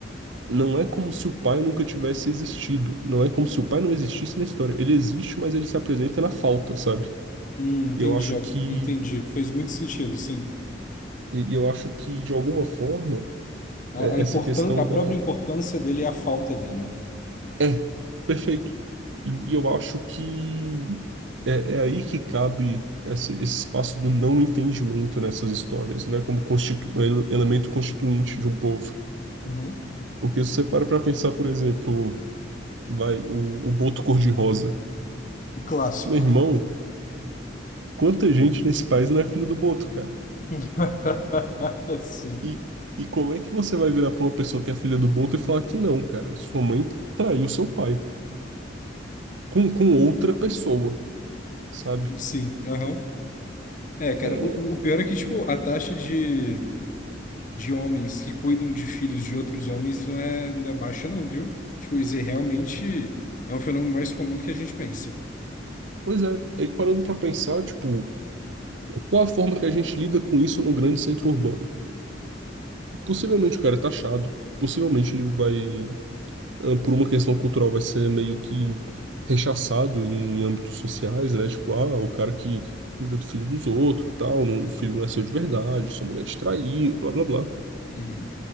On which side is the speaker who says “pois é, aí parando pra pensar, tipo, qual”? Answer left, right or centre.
Right